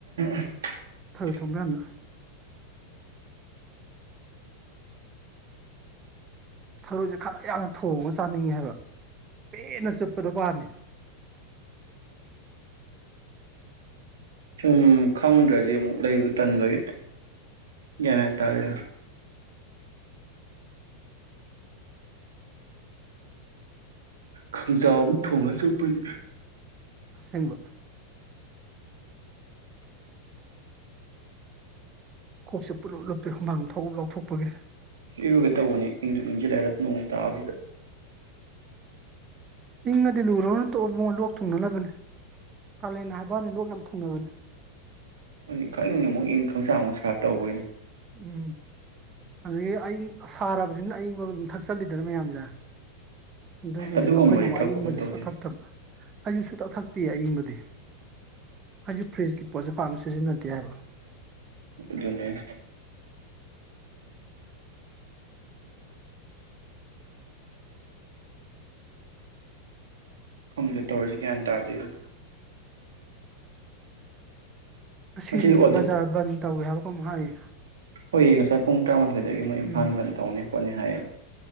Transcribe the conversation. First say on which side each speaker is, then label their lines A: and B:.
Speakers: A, on the right; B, on the right.
A: <inaudible>
B: ꯊꯣꯡꯒꯥꯟꯗ ꯊꯔꯣꯏꯖꯦ ꯈꯔ ꯌꯥꯝꯅ ꯊꯣꯡꯉꯒ ꯆꯥꯅꯤꯡꯉꯦ ꯍꯥꯏꯕ ꯄꯦꯟꯅ ꯆꯨꯠꯄꯗꯣ ꯄꯥꯝꯃꯤ
A: ꯁꯨꯝ ꯈꯪꯗ꯭ꯔꯗꯤ ꯑꯃꯨꯛ ꯂꯩꯕꯗꯨ ꯇꯟꯕꯒꯤ ꯒ꯭ꯌꯥꯟ ꯃꯦꯟ ꯇꯥꯗꯦꯅ ꯈꯪꯖꯥꯎ ꯑꯃ ꯊꯣꯡꯉꯒ ꯆꯨꯞꯄꯗꯤ
B: ꯑꯁꯦꯡꯕ ꯀꯣꯛꯁꯦ ꯄꯨꯂꯨꯞ ꯂꯨꯞꯄꯦ ꯍꯨꯃꯥꯡ ꯊꯣꯛ ꯂꯧꯊꯣꯛꯄꯒꯤ
A: ꯏꯔꯨꯒꯦ ꯇꯧꯕꯅꯦ ꯏꯪꯖꯨ ꯏꯪꯁꯜꯂꯛꯑꯦꯗ ꯅꯣꯡ ꯇꯥꯕꯁꯤꯗ
B: ꯏꯪꯉꯗꯤ ꯂꯨꯨꯔꯨꯅꯨ ꯇꯣꯛꯑꯣ ꯃꯣ ꯂꯣꯛ ꯊꯨꯡꯅꯕꯅꯤ ꯀꯥꯂꯦꯟꯅꯦ ꯍꯥꯏꯕꯩ ꯋꯥꯅꯤ ꯂꯣꯛ ꯌꯥꯝ ꯊꯨꯡꯅꯕꯅꯤ
A: ꯑꯗꯨ ꯈꯪꯪ ꯏꯪ ꯃꯨꯛ ꯏꯪ ꯈꯪꯁꯥ ꯑꯃꯨꯛ ꯁꯥ ꯇꯧꯕꯩꯅꯦ
B: ꯎꯝ ꯑꯗꯒꯤ ꯑꯌꯤꯡ ꯁꯥꯔꯕꯅꯤꯅ ꯑꯌꯤꯡꯕ ꯑꯗꯨꯝ ꯊꯛꯆꯜꯂꯤꯗꯅ ꯃꯌꯥꯝꯖꯦ ꯑꯗꯨꯒꯤꯅꯦꯕ
A: ꯑꯗꯨꯒꯨꯝꯕꯗꯤ
B: ꯑꯩꯈꯣꯏꯅ
A: ꯊꯛꯄ
B: ꯑꯏꯪꯕꯁꯦ
A: ꯈꯣꯠꯄ ꯇꯧꯗꯦ
B: ꯁꯨꯡꯊꯛ ꯊꯛꯇꯝ ꯑꯩꯁꯨꯨ ꯁꯨꯊꯛ ꯊꯛꯇꯦ ꯑꯏꯪꯕꯗꯤ ꯑꯩꯖꯦ ꯐꯔꯤꯖꯀꯤ ꯄꯣꯠꯁꯦ ꯄꯥꯝ ꯁꯤꯖꯤꯟꯅꯗꯦ ꯍꯥꯏꯕ
A: ꯑꯗꯨꯅꯦ ꯈꯪꯗꯦ ꯇꯧꯔꯤꯁꯤ ꯒ꯭ꯌꯥꯟ ꯇꯥꯗꯦꯗ
B: ꯉꯁꯤꯁꯨ
A: ꯉꯁꯤ ꯑꯣꯗ
B: ꯕꯖꯥꯔ ꯕꯟ ꯇꯧꯋꯦ ꯍꯥꯏꯕ ꯀꯩꯅꯣꯝ ꯍꯥꯏꯌꯦ
A: ꯍꯣꯏꯌꯦ ꯉꯁꯥꯏ ꯄꯨꯡ ꯇꯔꯥꯃꯥꯊꯣꯏꯗꯒꯤ ꯃꯣꯏ
B: ꯎꯝ
A: ꯏꯝꯐꯥꯜ ꯕꯟ ꯇꯧꯅꯤ ꯈꯣꯠꯅꯤ ꯍꯥꯏꯌꯦ